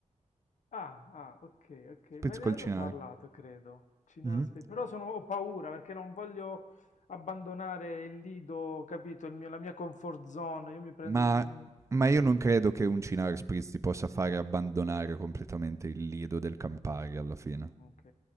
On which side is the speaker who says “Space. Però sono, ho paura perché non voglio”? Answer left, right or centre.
Left